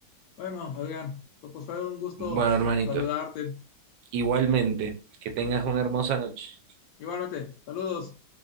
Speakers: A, on the left; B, on the right.
A: bueno, Adrián, pues fue un gusto
B: Bueno, hermanito,
A: saludarte.
B: Igualmente, que tengas una hermosa noche.
A: Igualmente, saludos.